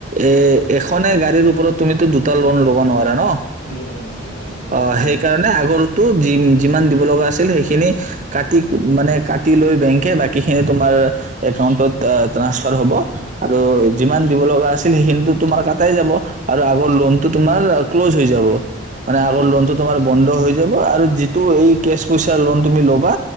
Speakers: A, on the right; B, on the left.
A: এ -এই এখনে গাড়ীৰ ওপৰত তুমিতো দুটা লোন ল'ব নোৱাৰা ন -
B: ল'ব নোৱাৰি হয় এইটো কথাটো
A: অ
B: হয়।
A: সেইকাৰণে আগৰ টো যি- যিমান দিব লগা আছিল সেইখিনি কাটিক মানে কাট- লৈ বেংকে বাকী এনে তোমাৰ একাউণ্টত ট্ৰাসফাৰ হ'ব আৰু যিমান দিব লগা আছিল সেইখিনিটো তোমাৰ কাটাই যাব। আৰু আগৰ লোনটো তোমাৰ ক্ল'জ হৈ যাব। মানে আগৰ
B: ক্ল'জ
A: লোনটো
B: হৈ যাব।
A: তোমাৰ বন্ধ হৈ যাব আৰু যিটো এই কেছ পইচাৰ লোন তুমি ল'বা